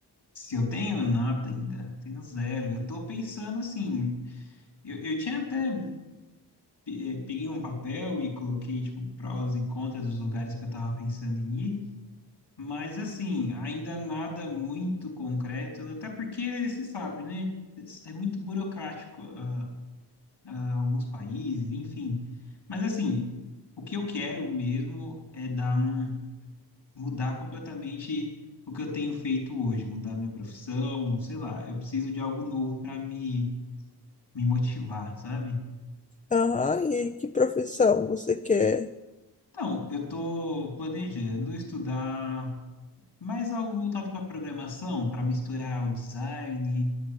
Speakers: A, on the left; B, on the left.
A: se eu tenho nada ainda, tenho zero. Eu tô pensando assim, eu, eu tinha até pe- é, peguei um papel e coloquei, tipo, prós e contras dos lugares que eu tava pensando em ir, mas, assim, ainda nada muito concreto, até porque, você sabe, né? É muito burocrático, ah, ah, alguns países, enfim. Mas, assim, o que eu quero mesmo é dar um, mudar completamente o que eu tenho feito hoje, mudar minha profissão, sei lá, eu preciso de algo novo para me, me motivar, sabe?
B: Aham, e que profissão você quer?
A: Então, eu estou planejando estudar mais algo voltado para programação, para misturar o design,